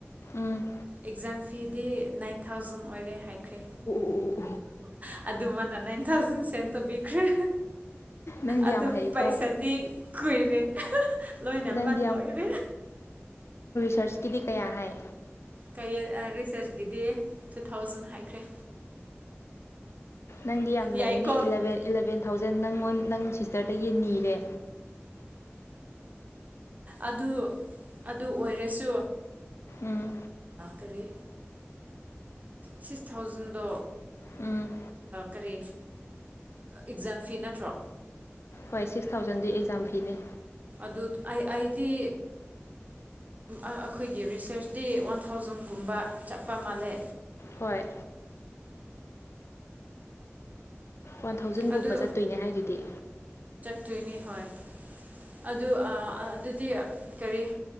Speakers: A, on the left; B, on the right.
A: ꯎꯝ
B: ꯑꯦꯛꯖꯥꯝ ꯐꯤꯗꯤ ꯅꯥꯏꯟ ꯊꯥꯎꯖꯟ ꯑꯣꯏꯔꯦ ꯍꯥꯏꯈ꯭ꯔꯦ
A: ꯎ ꯎ
B: ꯑꯗꯨꯃꯅ ꯅꯥꯏꯟ ꯊꯥꯎꯖꯟ ꯁꯦꯟ ꯇꯧꯕꯤꯈ꯭ꯔꯦ
A: ꯅꯪꯗꯤ
B: ꯑꯗꯨ
A: ꯌꯥꯝ ꯍꯩꯀꯣ
B: ꯄꯩꯁꯥꯗꯤ ꯀꯨꯏꯔꯦ ꯂꯣꯏꯅꯦꯃ
A: ꯅꯪꯗꯤ
B: ꯂꯣꯏꯅꯦ
A: ꯁꯔꯆꯀꯤꯗꯤ ꯀꯌꯥ ꯍꯥꯏ
B: ꯀ ꯔꯤꯁꯔꯁꯀꯤꯗꯤ ꯇꯨ ꯊꯥꯎꯖꯟ ꯍꯥꯏꯈ꯭ꯔꯦ
A: ꯅꯪꯗꯤ ꯌꯥꯝ ꯂꯩꯌꯦꯅꯦꯂꯚꯦꯟ
B: ꯌꯥꯏꯀꯣ
A: ꯏꯂꯚꯦꯟ ꯊꯥꯎꯖꯟ ꯅꯪꯉꯣꯟ ꯅꯪ ꯁꯤꯁꯇꯔꯗꯒꯤ ꯅꯤꯔꯦ
B: ꯑꯗꯨ ꯑꯗꯨ ꯑꯣꯏꯔꯁꯨ
A: ꯎꯝ
B: ꯀꯔꯤ ꯁꯤꯛꯁ ꯊꯥꯎꯖꯟꯗꯣ
A: ꯎꯝ
B: ꯀꯔꯤ ꯑꯦꯛꯖꯥꯝ ꯐꯤ ꯅꯠꯇ꯭ꯔꯣ
A: ꯍꯣꯏ ꯁꯤꯛꯁ ꯊꯥꯎꯖꯟꯗꯨ ꯑꯦꯛꯖꯥꯝ ꯐꯤꯅꯦ
B: ꯑꯗꯨ ꯑꯩ ꯑꯩꯗꯤ ꯑꯩꯈꯣꯏꯒꯤ ꯔꯤꯁꯔꯁꯗꯤꯤ ꯋꯥꯟ ꯊꯥꯎꯖꯟꯒꯨꯝꯕ ꯆꯠꯄ ꯃꯥꯜꯂꯦ
A: ꯍꯣꯏ ꯋꯥꯟ ꯊꯥꯎꯖꯟꯒꯨꯝꯕ
B: ꯑꯗꯨ
A: ꯆꯠꯇꯣꯏꯅꯦ ꯍꯥꯏꯗꯨꯗꯤ
B: ꯇꯣꯏꯅꯤ ꯍꯣꯏ ꯑꯗꯨ ꯑꯗꯨꯗꯤ ꯀꯔꯤ